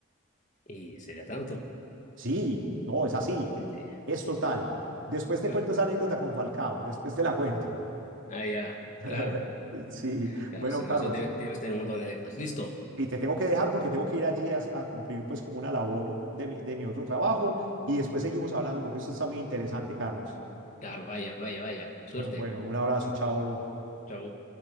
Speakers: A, on the left; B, on the right.
A: <laughs> y sería tanto.
B: Sí, no, es así,
A: Este,
B: es total. Después te
A: mm,
B: cuento esa anécdota con Falcao, después te la cuento.
A: ah, ya,
B: <laughs>
A: claro,
B: Sí,
A: claro,
B: bueno,
A: sí,
B: Carlos.
A: o sea, debe, debe estar en un montón de anécdotas. Listo.
B: y te tengo que dejar porque tengo que ir allí a, a cumplir pues como una labor de mi, de mi otro trabajo y después seguimos hablando porque esto está muy interesante, Carlos.
A: Claro, vaya, vaya, vaya. Suerte.
B: <laughs> Bueno, un abrazo, chao.
A: Chao.